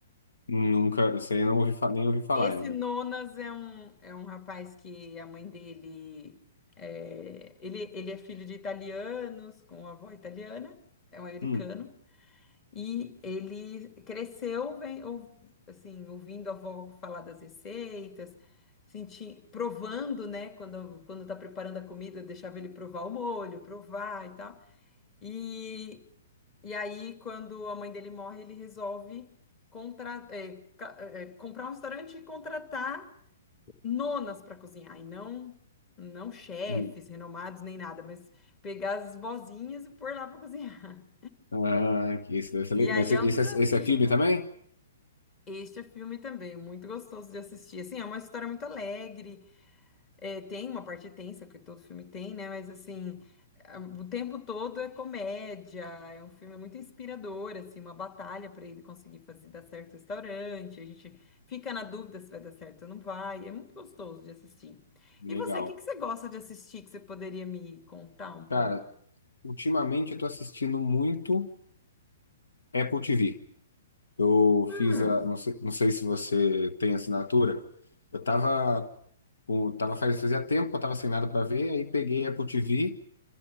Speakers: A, on the left (about 75°); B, on the left (about 25°).
A: Nunca, isso aí eu não ouvi, fa- nem ouvi falar
B: Esse
A: ainda.
B: Nonas é um, é um rapaz que a mãe dele é, ele, ele é filho de italianos, com avó italiana, é um americano,
A: Hum.
B: e ele cresceu vem, ou, assim, ouvindo a avó falar das receitas, senti, provando, né, quando, quando tá preparando a comida, eu deixava ele provar o molho, provar e tal. E, e aí, quando a mãe dele morre, ele resolve contra- é, ca- é, comprar um restaurante e contratar nonas para cozinhar, e não, não chefes
A: Hum.
B: renomados nem nada, mas pegar as vozinhas e pôr lá para cozinhar.
A: Ah, que isso deve ser
B: E
A: legal.
B: aí
A: Mas esse,
B: é um desafio,
A: esse é esse é filme
B: né?
A: também?
B: Este é filme também, muito gostoso de assistir. Assim, é uma história muito alegre. É, tem uma parte tensa, que todo filme tem, né? Mas assim, a- o tempo todo é comédia, é um filme muito inspirador, assim, uma batalha para ele conseguir fazer dar certo o restaurante. A gente fica na dúvida se vai dar certo ou não vai. É muito gostoso de assistir.
A: Legal.
B: E você, o que que você gosta de assistir que você poderia me contar um pouco?
A: Cara, ultimamente eu tô assistindo muito Apple TV. Eu
B: Ah,
A: fiz a, não sei, não sei se você tem assinatura. Eu tava, com- tava faz, fazia tempo eu tava sem nada para ver, aí peguei a Apple TV